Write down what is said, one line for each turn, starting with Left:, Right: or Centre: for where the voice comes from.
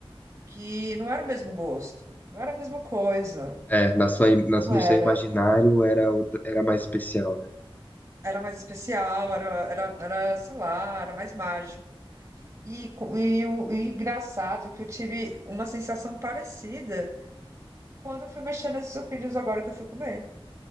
Right: que não era o mesmo gosto, não era a mesma coisa,
Left: É, na sua, im- na-
Right: não
Left: no
Right: era.
Left: seu imaginário era, outra- era mais especial, né?
Right: Era mais especial, era, era, era, sei lá, era mais mágico. E, co- e, o e engraçado que eu tive uma sensação parecida quando eu fui mexer nesses sucrilhos agora que eu fui comer.